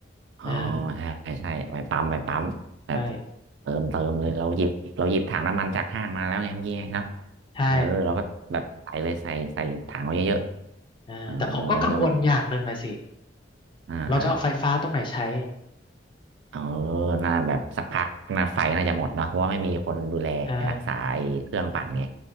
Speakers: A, on the right; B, on the left.
A: อ๋อ
B: เออ
A: ใช่ใช่ไปปั๊มไปปั๊มแบบ
B: ใช่
A: เติมเติมเลยเราหยิบเราหยิบถังน้ำมันจากห้างมาแล้วไงเมื่อกี้ไงเนาะ
B: ใช่
A: เออเราก็แบบใส่เลยใส่ใส่ถังไว้เยอะๆเออแล้วก็
B: เออแต่ผมก็กังวลอย่างหนึ่งอะสิ
A: อ่าอ่า
B: เราจะเอาไฟฟ้าตรงไหนใช้
A: เออน่าแบบสักพักน่าไฟน่าจะหมดเนาะเพราะว่าไม่มีคนดูแลรักษาไอ้เครื่องปั่นไง
B: ใช่